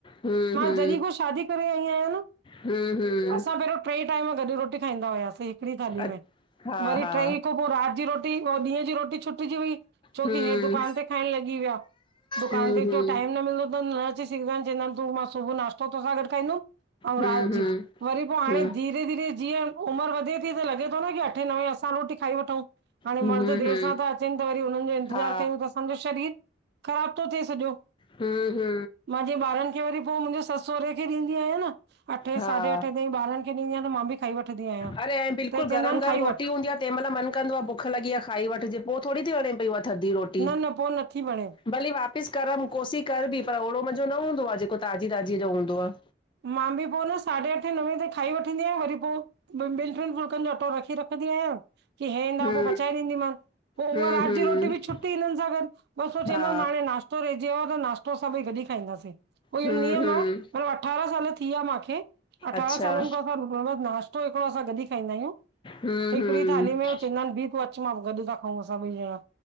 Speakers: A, on the left (about 25°); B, on the right (about 60°).
A: हु, हु।
B: ॼॾिह खों शादी करे आयी आयान अंसा
A: हम्म हम्म
B: पहरो ट्रे टाइम गॾ रोटी खाईंदा हुआसीं हिकॾी थाली
A: अ
B: में।
A: हा
B: वरी
A: हा
B: ठई त पोइ रात जी रोटी पोइ ॾींहं जी रोटी छुट जी वई। छोकी
A: हम्म
B: हे दुकान ते खाइण लॻी विया दुकान
A: हम्म
B: ते
A: हम्म
B: जो टाइम न मिलंदो त न अची <unintelligible> तू मां सुबुह नासतो तोह सा गॾु खाईंदुमि, ऐं
A: हम्म
B: रात
A: हम्म
B: जी। वरी पोइ हाणे
A: हम्म
B: धीरे धीरे जीअं उमिरि वधे थी त लॻे थो न की अठे, नवे असां रोटी खाई वठउ। हाणे
A: हम्म
B: मर्द देरि
A: हम्म
B: सां था अचनि त वरी हुननि जो इंतिज़ार
A: हा
B: कयूं त असांजो शरीर ख़राब थो थिए सॼो।
A: हु हु।
B: मां जीअं ॿारनि खे वरी पोइ मुंहिंजे सस सहुरे खे ॾींदी आयां न, अठे,
A: हा
B: साढे अठे ताईं ॿारनि खे <unintelligible> त मां बि खाई वठंदी आहियां
A: अरे अएं बिल्कुलु
B: त हे
A: गरम
B: चवंदा आहिन
A: गरम
B: खाई
A: रोटी
B: वठ
A: हूंदी आह तंहिं मल मन कंदो आह भु भुख लॻी आह, खाई वठजे पो थोरी थी वणे पई हुअ थदी रोटी।
B: न न पो नथी वणे
A: भली वापसि करम, कोसी करॿी पर ओड़ो मज़ो न हूंदो आह जेको ताज़ी ताज़ी जो हूंदो आह।
B: मां बि पोइ न साढे अठें नवे ताई खाई वठंदी आयां, वरी पोइ ॿिनि टिन फुलकनि जो अटो रख रखंदी आहियां की हे ईंदा
A: हम्म
B: पोइ पचाए ॾींदी मान पोइ
A: हम्म
B: उहा राति
A: हम्म
B: जी रोटी बि छुटी हिननि सां गॾु, बस हो चवंदा
A: हा
B: आहिनि हाणे नाश् <unintelligible> रहिजी त नास्तो अस्सां ॿइ गॾ हि खाईंदसे पोइ
A: हम्म
B: हें नियम
A: हम्म
B: आह <unintelligible> अठारां साल थी विया माखे, अठारहां
A: अच्छा
B: सालनि खों ॿ असां नासतो हिकिॾो असां गॾ ही खाईंदा आहियूं
A: हम्म
B: हिकिड़ी
A: हम्म
B: थाली में चवंदा आहिनि बि पोइ अच मां गॾु था खाऊं ॿइ ॼॾा।